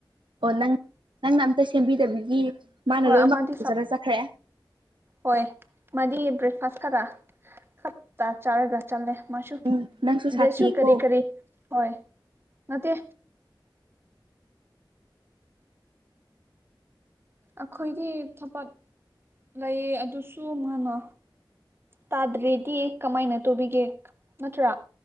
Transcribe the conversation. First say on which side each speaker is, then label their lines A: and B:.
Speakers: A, on the right; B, on the right.
A: ꯑꯣ ꯅꯪ ꯅꯪꯅ ꯑꯝꯇ ꯁꯦꯝꯕꯤꯗꯕꯒꯤ ꯃꯥꯅ
B: ꯍꯣꯏ
A: ꯂꯣꯏꯃꯛ
B: ꯑꯃꯗꯤ
A: ꯇꯧꯖꯔꯒ ꯆꯠꯈ꯭ꯔꯦ
B: ꯍꯣꯏ ꯃꯥꯗꯤ ꯕ꯭ꯔꯦꯛꯐꯥꯁ ꯈꯔ ꯍꯠꯇꯥ ꯆꯥꯔꯒ ꯆꯜꯂꯦ ꯃꯥꯁꯨ
A: ꯎꯝ ꯅꯪꯁꯨ ꯁꯥꯊꯤꯀꯣ
B: ꯗ꯭ꯔ‌ꯦꯁꯨ ꯀꯔꯤ ꯀꯔꯤ ꯍꯣꯏ ꯅꯠꯇꯦ ꯑꯈꯣꯏꯒꯤ ꯊꯕꯛ ꯂꯩꯌꯦ ꯑꯗꯨꯁꯨ ꯃꯥꯥꯅ ꯇꯥꯗ꯭ꯔꯗꯤ ꯀꯃꯥꯏꯅ ꯇꯧꯕꯤꯒꯦ ꯅꯠꯇ꯭ꯔꯥ